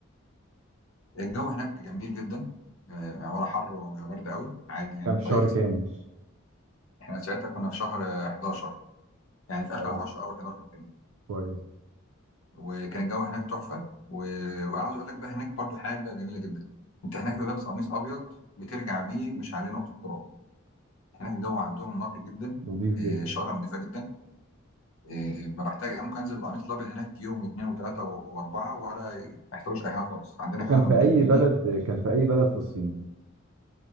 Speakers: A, on the left; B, on the right.
A: الجو هناك جميل جدا آه، ولا حر ولا برد قوي عادي يعني
B: كان في
A: كويس
B: شهر كامل
A: احنا ساعتها كنا في شهر آه، 11 يعني في
B: كويس
A: اخر 10 او 11 كده
B: كويس
A: وكان الجو هناك تحفه و... وعاوز اقول لك بقى هناك برضو حاجه جميله جدا انت هناك لو لابس قميص ابيض بترجع بيه مش عليه نقطه تراب هناك الجو عندهم نقي جدا
B: نظيف جدا
A: آه، شوارع نظيفه جدا إيه، بحتاج ممكن انزل بالقميص الابيض هناك يوم واثنين وثلاثه واربعه ولا ما يحتاجوش اي حاجه خالص عندنا
B: كان
A: هنا لو
B: في
A: نزلت
B: اي بلد
A: بيه
B: كان في اي بلد في الصين